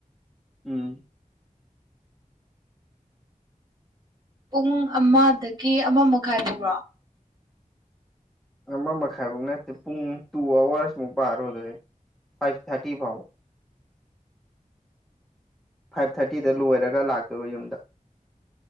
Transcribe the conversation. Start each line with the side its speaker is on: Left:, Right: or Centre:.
Centre: ꯎꯝ꯫
Right: ꯄꯨꯡ ꯑꯃꯗꯒꯤ ꯑꯃ ꯃꯈꯥꯏ ꯕꯧꯔꯣ?
Centre: ꯑꯃ ꯃꯈꯥꯏꯕꯧ ꯅꯠꯇꯦ ꯄꯨꯡ ꯇꯨ ꯑꯋꯥꯔꯁꯃꯨꯛ ꯄꯥꯔꯣ ꯑꯗꯨꯗꯩ ꯐꯥꯏꯚ ꯊꯥꯔꯇꯤ ꯐꯥꯎꯕ꯫ ꯐꯥꯏꯚ ꯊꯥꯔꯇꯤꯗ ꯂꯣꯏꯔꯒ ꯂꯥꯛꯇꯣꯏꯕ ꯌꯨꯝꯗ꯫